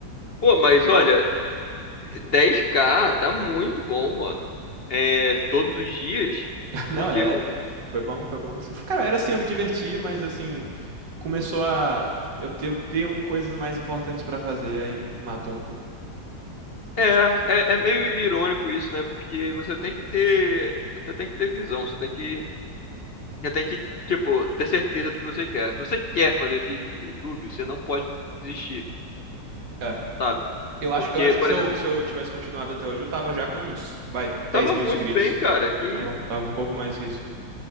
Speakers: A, on the left (about 55°); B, on the right (about 80°).
A: Pô, mas olha, 10K tá muito bom, mano. É, todos os dias,
B: <laughs> Não,
A: porque
B: é,
A: eu-
B: foi, foi bom, foi bom. Assim, Cara, era assim, eu me divertia, mas assim, começou a eu ter, ter um, coisas mais importantes pra fazer, aí matou um pouco.
A: é, é, é meio irônico isso, né? Porque você tem que ter, você tem que ter visão, você tem que Já tem que, tipo, ter certeza do que você quer. Se você quer fazer vídeo pro YouTube, você não pode desistir,
B: É.
A: sabe?
B: Eu acho,
A: Porque,
B: eu acho que
A: por
B: se
A: exemplo,
B: eu, se eu tivesse continuado até hoje, eu tava já com uns, vai, dez
A: tava
B: mil
A: muito
B: inscritos.
A: bem, cara. Que
B: Tava,
A: isso?
B: tava um pouco mais que isso.